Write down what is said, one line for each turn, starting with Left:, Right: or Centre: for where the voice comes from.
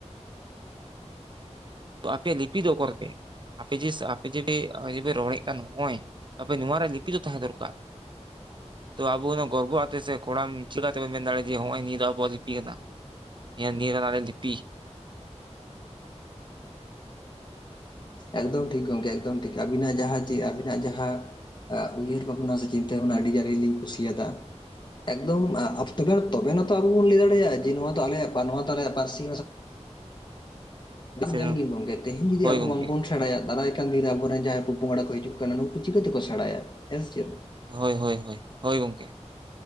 Right: ᱟᱯᱮ ᱞᱤᱯᱤ ᱫᱚ ᱚᱠᱚᱨ ᱯᱮ ᱟᱯᱮ ᱡ ᱟᱯᱮ ᱡᱩᱫᱤ ᱡᱮ ᱨᱚᱲᱮᱫ ᱠᱟᱱ ᱱᱚᱜᱼᱚᱭ ᱟᱯᱮ ᱱᱚᱣᱟ ᱨᱮᱭᱟᱜ ᱞᱤᱯᱤ ᱫᱚ ᱛᱟᱦᱮᱸ ᱫᱚᱨᱠᱟᱨ ᱛᱚ ᱟᱵᱚ ᱚᱱᱟ ᱜᱚᱨᱵᱚ ᱟᱛᱮ ᱥᱮ ᱠᱚᱲᱟᱢ ᱪᱤᱠᱟᱛᱮᱵᱚᱱ ᱢᱮᱱᱟᱲᱮᱼᱟ ᱡᱮ ᱱᱚᱜ ᱚᱚᱭ ᱱᱤᱭᱟᱹ ᱫᱚ ᱟᱵᱚᱣᱟᱜ ᱞᱤᱯᱤ ᱠᱟᱱᱟ᱾ ᱧᱮᱞ ᱱᱮ ᱞᱤᱯᱤ
Left: ᱮᱠᱫᱚᱢ ᱴᱷᱤᱠ ᱜᱚᱢᱠᱮ ᱮᱠᱫᱚᱢ ᱴᱷᱤᱠ ᱟᱹᱵᱤᱱᱟᱜ ᱡᱟᱦᱟᱸ ᱪᱮᱫ ᱟᱹᱵᱤᱱᱟᱜ ᱡᱟᱦᱟᱸ ᱩᱭᱦᱟᱹᱨ ᱵᱷᱟᱵᱽᱱᱟ ᱥᱮ ᱪᱤᱱᱛᱟᱹ ᱵᱷᱟᱵᱽᱱᱟ ᱟᱹᱰᱤ ᱡᱟᱹᱨᱞᱤᱞᱤᱧ ᱠᱩᱥᱤᱭᱟᱫᱟ᱾ ᱮᱠᱫᱚᱢ ᱛᱚᱵᱮ ᱛᱚᱵᱮᱛᱚ ᱟᱵᱚ ᱵᱚᱱ ᱞᱟᱹᱭ ᱫᱟᱲᱮᱭᱟᱜᱼᱟ ᱡᱮ ᱱᱚᱣᱟ ᱟᱞᱮᱭᱟᱜ ᱱᱚᱣᱟ ᱛ ᱟᱞᱮ ᱯᱟᱹᱨᱥᱤ
Right: ᱥᱮ
Left: ᱡᱚᱞᱵᱤ ᱜᱚᱝᱜᱮ ᱛᱮᱦᱮᱧ ᱡᱩᱫᱤ
Right: ᱦᱳᱭ
Left: ᱟᱵᱚ
Right: ᱜᱚᱢᱠᱮ
Left: ᱵᱟᱝᱵᱚᱱ ᱥᱮᱬᱟᱭᱟ ᱫᱟᱨᱟᱭ ᱠᱟᱱ ᱫᱮ ᱟᱵᱚᱨᱮᱱ ᱡᱟᱦᱟᱸᱭ ᱯᱚ ᱯᱚᱝᱲᱟ ᱠᱚ ᱦᱤᱡᱩᱜ ᱠᱟᱱᱟ ᱱᱩᱠᱩ ᱪᱤᱠᱟᱹᱛᱮᱠᱚ ᱥᱮᱬᱟᱭᱟ ᱦᱮᱸ ᱥᱮ ᱪᱮ
Right: ᱦᱳᱭ ᱦᱳᱭ ᱦᱳᱭ ᱦᱳᱭ ᱜᱚᱝᱠᱮ